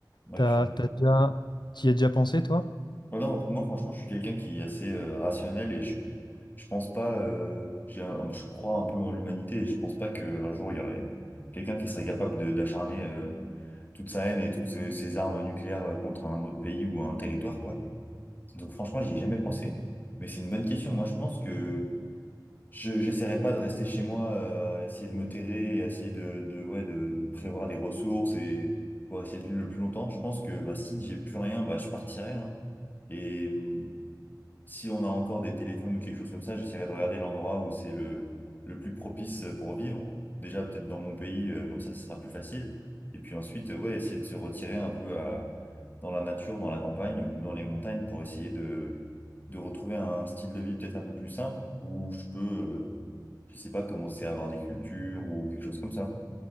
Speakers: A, on the left (about 25°); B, on the left (about 85°).
A: ouais,
B: T'as,
A: je suis d'accord.
B: t'as déjà, t'y as déjà pensé, toi?
A: Ouais, moi, franchement, je suis quelqu'un qui est assez euh, rationnel et je, je pense pas, euh, j'ai un- je crois un peu en l'humanité et je pense pas qu'un jour il y aurait quelqu'un qui serait capable de- d'acharner euh, toute sa haine et toutes ses, ses armes nucléaires euh, contre un autre pays ou un territoire, quoi. Donc, franchement, j'y ai jamais pensé, mais c'est une bonne question. Moi, je pense que je, j'essaierai pas de rester chez moi, euh, essayer de me terrer et essayer de, de, ouais, de, de prévoir des ressources et pour essayer de vivre le plus longtemps. Je pense que bah, si j'ai plus rien, bah, je partirai, hein. Et, hum, si on a encore des téléphones ou quelque chose comme ça, j'essaierai de regarder l'endroit où c'est le, le plus propice euh, pour vivre. Déjà, peut-être dans mon pays, euh, comme ça, ce sera plus facile. Et puis ensuite, euh, ouais, essayer de se retirer un peu à, dans la nature, dans la campagne ou dans les montagnes pour essayer de, de retrouver un style de vie peut-être un peu plus simple où je peux, euh, je sais pas, commencer à avoir des cultures ou quelque chose comme ça